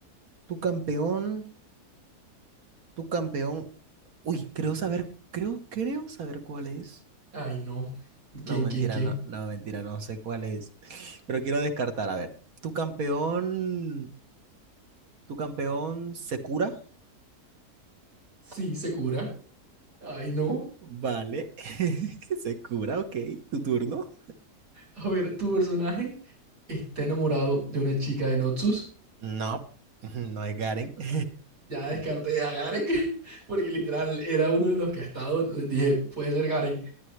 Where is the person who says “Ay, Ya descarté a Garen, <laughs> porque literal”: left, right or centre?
Right